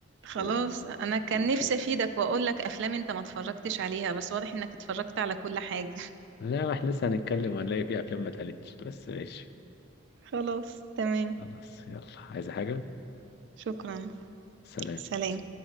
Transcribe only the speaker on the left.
و...
ونشوف
لا ما احنا لسه هنتكلم وهنلاقي فيه أفلام ما اتقالتش بس ماشي
خلاص يلا عايزة حاجة؟
سلام